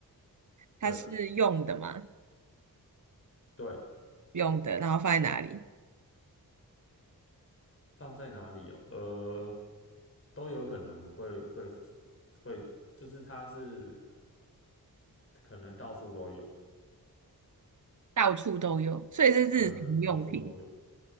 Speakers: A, on the right; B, on the left.
A: 它是用的吗？
B: 对对，
A: 用的，然后放在哪里？
B: 放在哪里哦？呃，都有可能会会会，就是它是可能到处都有，
A: 到处都有，所以是日常用品，
B: 可能到处都有。